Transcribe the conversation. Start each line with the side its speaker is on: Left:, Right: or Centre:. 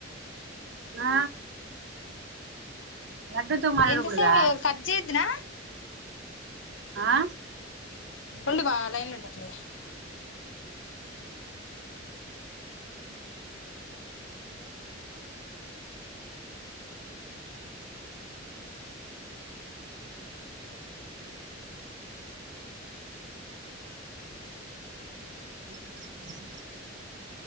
Right: ఆ లడ్డుతో మాట్లాడకూడదా
Left: ఎంతసేపు కట్ చేయద్దునా
Right: ఆ
Left: ఉండు మా లైన్ లో ఉండు అట్లే
Right: <inaudible>